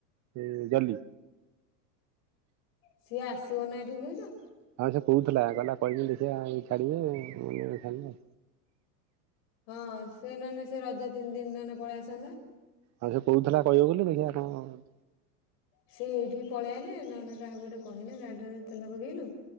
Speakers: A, on the right (about 35°); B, on the left (about 65°).
A: ସେ ଡଲି।
B: ସିଏ ଆସିବ ନା ଏଠି ଦଉଚ?
A: ହଁ ସେ କହୁଥିଲା କହିଲା କହିମି ଦେଖିଆ ଛାଡ଼ିବେ <unintelligible>
B: ହଁ ସେ ନଲେ ସେ ରଜ ତିନି ଦିନ ନହେଲେ ପଳେଇଆସନ୍ତା।
A: ମତେ କହୁଥିଲା କହିବ ବୋଲି ଦେଖିଆ କଆଁହଉଚି।
B: ସେ ଏଇଠିକି ପଳେଇଆଇଲେ ନହେଲେ କାହାକୁ ଗୋଟେ କହିଲେ ଗାଡିରେ ତେଲ ପକେଇଲୁ